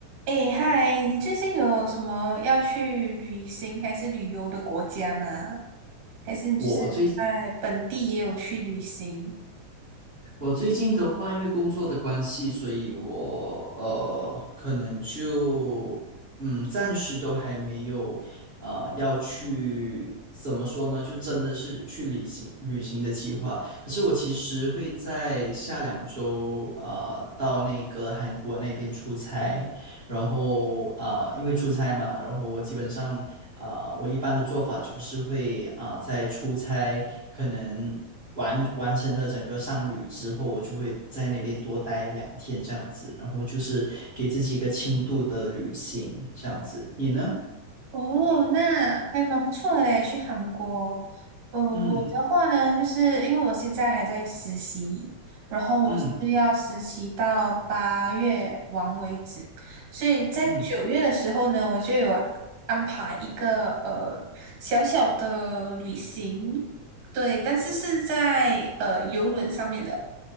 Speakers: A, on the right; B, on the right.
A: 哎嗨，你最近有什么要去旅行还是旅游的国家吗？还是你就是在本地也有去旅行？
B: 我最我最近的话，因为工作的关系，所以我呃，可能就嗯，暂时都还没有呃要去怎么说呢，就真的是去旅行旅行的计划。可是我其实会在下两周呃到那个韩国那边出差，然后啊、呃因为出差嘛，然后我基本上啊、呃我一般的做法就是会啊、呃在出差可能完完成了整个商旅之后，我就会在那边多待两天这样子，然后就是给自己一个轻度的旅行这样子。你呢？
A: 哦，那还蛮不错的嘞，去韩国。嗯，
B: 嗯
A: 我的话呢，就是因为我现在还在实习，然后我是要实习到八月完为止，
B: 嗯
A: 所以在九月的时候呢，
B: 嗯
A: 我就有安排一个呃小小的旅行，对，但是是在呃游轮上面的。